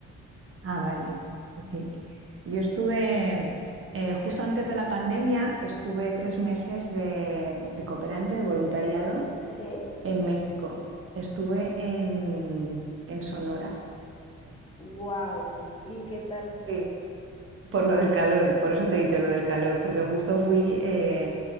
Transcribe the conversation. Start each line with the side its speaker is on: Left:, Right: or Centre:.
Right: Ah, vale. Ok. Yo estuve, eh, justo antes de la pandemia, estuve tres meses de, de cooperante de voluntariado
Left: Ok.
Right: en México. Estuve en, en Sonora.
Left: Wow, ¿y qué tal?
Right: Sí. Por lo del calor, por eso te he dicho lo del calor, porque justo
Left: Y
Right: fui eh,